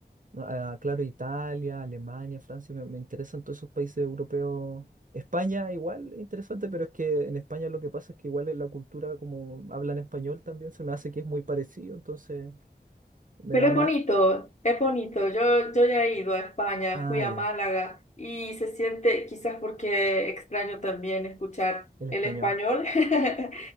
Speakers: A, on the right; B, on the left.
A: Ah, claro, Italia, Alemania, Francia, me, me interesan todos esos países europeos. España igual, es interesante, pero es que en España lo que pasa es que igual en la cultura, como hablan español también, se me hace que es muy parecido, entonces me
B: Pero
A: da
B: es
A: más...
B: bonito, es bonito. Yo, yo ya he ido a España,
A: Ah,
B: fui a
A: ya,
B: Málaga y se siente, quizás porque extraño también escuchar
A: el español.
B: el español. <laughs>